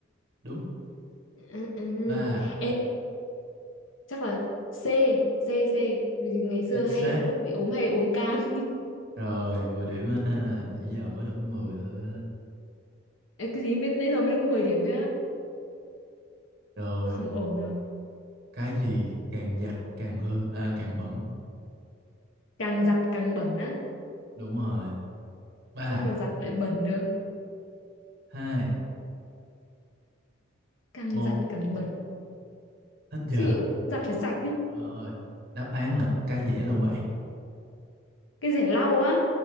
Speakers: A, on the right; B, on the left.
A: Đúng.
B: à, à.
A: Ba,
B: ê chắc là C C C Bởi vì ngày xưa
A: chính
B: hay
A: xác.
B: lúc bị ốm hay uống cam
A: Rồi, 10 điểm ha. Nãy giờ mới được có 10 thôi đó.
B: Ê, cái gì mới nãy giờ mới được có 10 điểm thôi á
A: Rồi,
B: không ổn rồi
A: cái gì càng giặt càng hư, à, càng bẩn.
B: càng giặt càng bẩn á
A: Đúng rồi. Ba,
B: sao mà giặt lại bẩn được
A: hai,
B: càng
A: một,
B: giặt càng bẩn
A: hết giờ.
B: chịu giặt phải sạch đi.
A: Rồi, đáp án là cái dẻ lau bảng.
B: cái rẻ lau á